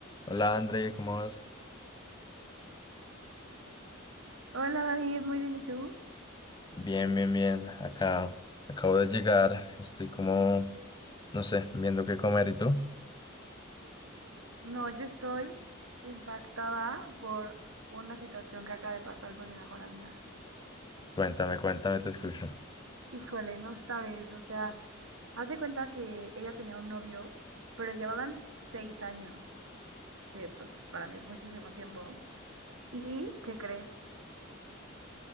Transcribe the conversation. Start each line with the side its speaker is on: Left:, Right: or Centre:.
Left: Hola André, ¿cómo vas?
Right: Hola David, muy bien, ¿y tú?
Left: Bien, bien, bien. Acá acabo de llegar. Estoy como, no sé, viendo qué comer. ¿Y tú?
Right: No, yo estoy impactada por una situación que acaba de pasar con mi mejor amiga.
Left: Cuéntame, cuéntame, te escucho.
Right: Híjole, no sabes, o sea, haz de cuenta que ella tenía un novio, pero llevaban seis años, que pues para mí es muchísimo tiempo. ¿Y qué crees?